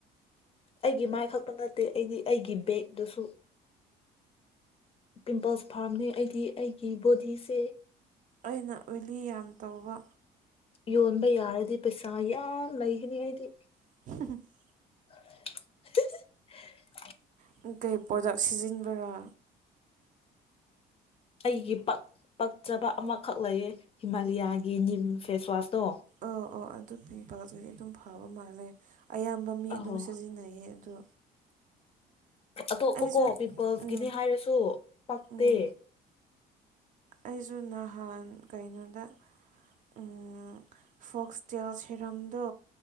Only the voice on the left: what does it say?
ꯑꯩꯒꯤ ꯃꯥꯏ ꯈꯛꯇ ꯅꯠꯇꯦ ꯑꯩꯗꯤ ꯑꯩꯒꯤ ꯕꯦꯒꯗꯨꯁꯨ꯫ ꯄꯤꯝꯄꯜꯁ ꯐꯥꯔꯝꯅꯦ ꯑꯩꯗꯤ ꯑꯩꯒꯤ ꯕꯣꯗꯤꯁꯦ꯫
ꯌꯣꯟꯕ ꯌꯥꯔꯗꯤ ꯄꯩꯁꯥ ꯌꯥꯝ ꯂꯩꯒꯅꯤ ꯑꯩꯗꯤ꯫
<unintelligible>
ꯑꯩꯒꯤ ꯄꯛ ꯄꯛꯆꯕ ꯑꯃꯈꯛ ꯂꯩꯌꯦ ꯍꯤꯃꯥꯂꯤꯌꯥꯒꯤ ꯅꯤꯝ ꯐꯦꯁꯋꯥꯁꯇꯣ
ꯑꯍꯣ
ꯑꯇꯣꯞꯄꯀꯣ
ꯄꯤꯝꯄꯜꯁꯀꯤꯅꯦ
ꯍꯥꯏꯔꯁꯨ ꯄꯛꯇꯦ